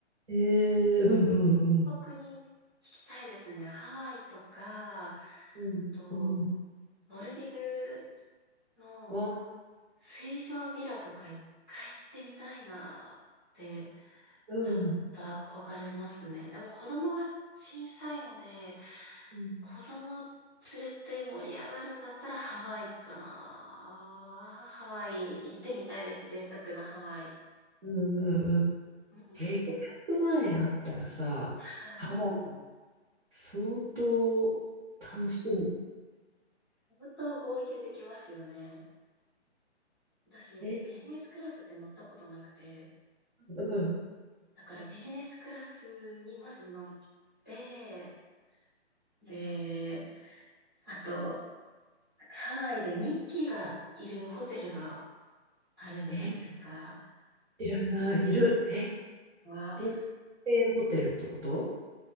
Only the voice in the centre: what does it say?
北に行きたいですね。ハワイとか、あ
と、
モルディブの
水上ビラとか一回行ってみたいなーって、
ちょっと憧れますね。でも子供が小さいので、
子供連れて盛り上がるんだったらハワイかなハワイ行ってみたいです。贅沢なハワイ。
うんうんうん。
はい。
本当豪遊できますよね。私、
ビジネスクラスって乗ったことなくて、
だからビジネスクラスにまず乗って、で、あと、ハワイでミッキーがいるホテルがあるじゃないですか。
は、